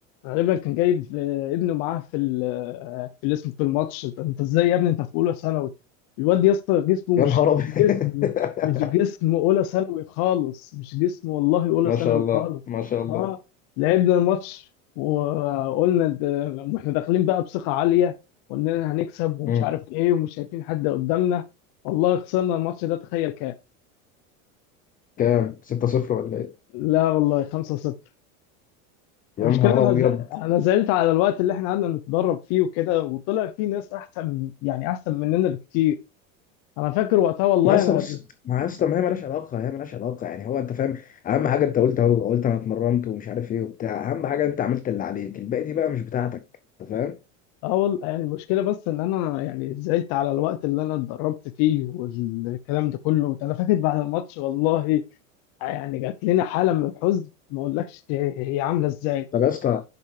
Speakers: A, on the left; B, on the left.
A: غالبا كان جايب آه، ابنه معاه في ال آه، في الاسم في الماتش انت أنت ازاي يا ابني انت في اولى ثانوي الواد يا اسطى جسمه مش
B: يا نهار ابيض
A: جسم
B: <laughs>
A: مش جسم اولى ثانوي خالص مش جسم والله اولى
B: ما
A: ثانوي
B: شاء الله
A: خالص
B: ما شاء الله
A: اه لعبنا الماتش وقلنا ده- لما احنا داخلين بقى بثقة عالية واننا هنكسب ومش
B: مم.
A: عارف ايه ومش شايفين حد قدامنا والله خسرنا الماتش ده تخيل كام
B: كام 6 0 ولا ايه
A: لا والله 5 0
B: يا
A: المشكله
B: نهار
A: انا
B: ابيض
A: ز... انا زعلت على الوقت اللي احنا قعدنا نتدرب فيه وكده وطلع فيه ناس احسن يعني احسن مننا بكتير انا فاكر وقتها والله
B: ما اصلا
A: انا
B: بص ما اصلا ما هي مالهاش علاقه هي مالهاش علاقه يعني هو انت فاهم اهم حاجه انت قلت اهو قلت انا اتمرنت ومش عارف ايه وبتاع اهم حاجه انت عملت اللي عليك الباقي دي بقى مش بتاعتك انت فاهم
A: اول يعني المشكله بس ان انا يعني زعلت على الوقت اللي انا اتدربت فيه والكلام ده كله انا فاكر بعد الماتش والله يعني جات لنا حاله من الحزن ما اقولكش هي عامله ازاي
B: طب يا اسطى